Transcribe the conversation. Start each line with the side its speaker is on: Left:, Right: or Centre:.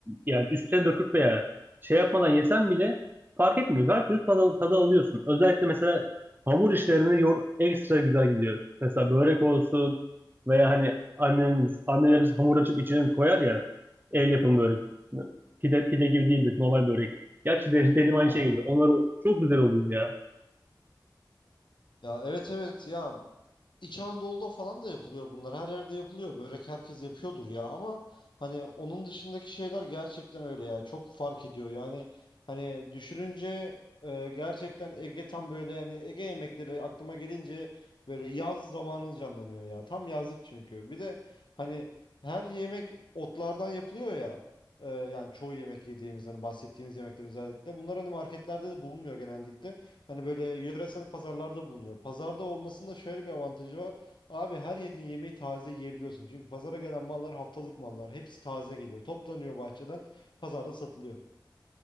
Right: yani üstüne döküp veya şey yapmadan yesen bile fark etmiyor. Her türlü tadı, tadı alıyorsun. Özellikle mesela hamur işlerinde yoğurt ekstra güzel gidiyor. Mesela börek olsun veya hani annemiz, annelerimiz hamur açıp içine koyar ya El yapımı börek. Pide, pide gibi değildir. Normal börek. Gerçi de, dediğim aynı
Left: Aha.
Right: şey geliyor. Onlar çok güzel oluyor ya.
Left: Ya evet evet ya İç Anadolu'da falan da yapılıyor bunlar. Her yerde yapılıyor. Börek herkes yapıyordur ya ama hani onun dışındaki şeyler gerçekten öyle ya. Çok fark ediyor. Yani hani düşününce e, gerçekten Ege tam böyle yani Ege yemekleri aklıma gelince böyle yaz zamanı canlanıyor ya. Tam yazlık çünkü. Bir de hani her yemek otlardan yapılıyor ya. E, yani çoğu yemek yediğimiz hani bahsettiğimiz yemekler özellikle. Bunlar hani marketlerde de bulunmuyor genellikle. Hani böyle yöresel pazarlarda bulunuyor. Pazarda olmasının da şöyle bir avantajı var. Abi her yediğin yemeği taze yiyebiliyorsun. Çünkü pazara gelen mallar haftalık mallar. Hepsi taze geliyor. Toplanıyor bahçeden. Pazarda satılıyor.